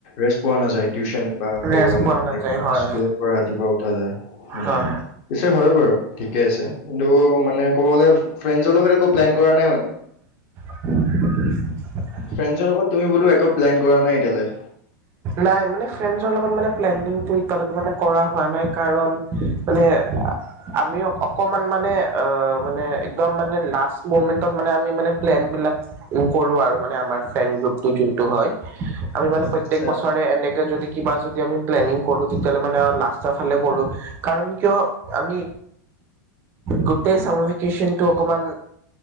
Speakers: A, on the left (about 40°); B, on the right (about 20°).
A: ৰেষ্ট পোৱা নাযায় টিউছন বা ক'ব
B: ৰেষ্ট
A: গ'লে
B: পোৱা
A: তেনেকুৱা
B: নাযায় হয়
A: স্কুলৰ পৰা ৰাতিপুৱা উঠা যায় হম
B: হয়
A: পিছে হয় বাৰু ঠিকে আছে কিন্তু মানে ক'ব গ'লে ফ্ৰেণ্ডৰ লগত একো প্লেন কৰা নাই মানে
B: <inaudible>
A: ফ্ৰেণ্ডছৰ লগত তুমি বোলো একো প্লেন কৰা নাই এতিয়ালৈ
B: নাই মানে ফ্ৰেণ্ডছৰ লগত মানে প্লেনিংটো এতিয়ালৈকে মানে কৰা হোৱা নাই কাৰণ মানে আমি অকমান মানে অ মানে একদম মানে লাষ্ট মমেন্টত মানে আমি মানে প্লেন বিলাক কৰো আৰু মানে আমাৰ ফ্ৰেণ্ড গ্ৰুপটো যোনটো হয় আমি মানে
A: আচ্ছা,
B: প্ৰত্যেক বছৰে এনেকে যদি কিবা যদি আমি প্লেনিং কৰো তেতিয়াহ'লে মানে লাষ্টৰ ফালে কৰো কাৰণ কিয় আমি গোটেইনটো চামাৰভেকেশোনটো অকমান